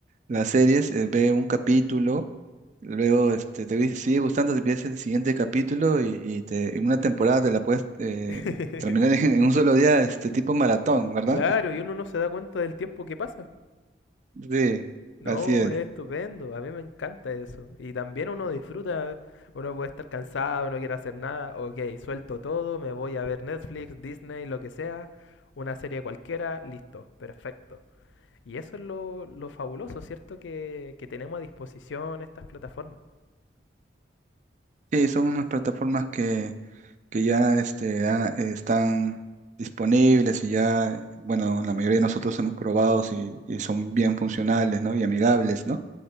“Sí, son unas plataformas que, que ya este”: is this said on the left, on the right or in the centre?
Right